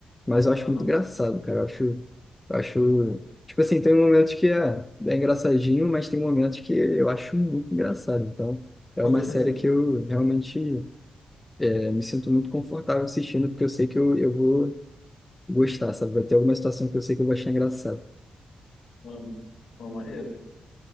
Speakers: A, on the left (about 20°); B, on the left (about 80°).
A: Mas eu acho
B: Aham.
A: muito engraçado, cara. Eu acho, eu acho, tipo assim, tem momentos que é, é engraçadinho, mas tem momentos que eu acho muito engraçado. Então, é
B: <laughs>
A: uma
B: Uhum.
A: série que eu realmente é, me sinto muito confortável assistindo, porque eu sei que eu, eu vou gostar, sabe? Vai ter alguma situação que eu sei que eu vou achar engraçado.
B: Uhum. Pô, maneiro.